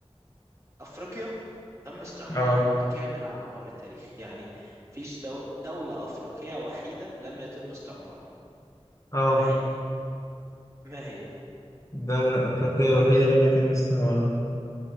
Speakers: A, on the right (about 25°); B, on the left (about 30°).
A: أفريقيا تم استعمارها
B: اه
A: بالكامل على مر التاريخ يعني مفيش دو... دولة أفريقية وحيدة لم يتم استعمارها
B: اه
A: ما هي ما هي
B: دولة أفريقية وحيدة لم يتم استعمارها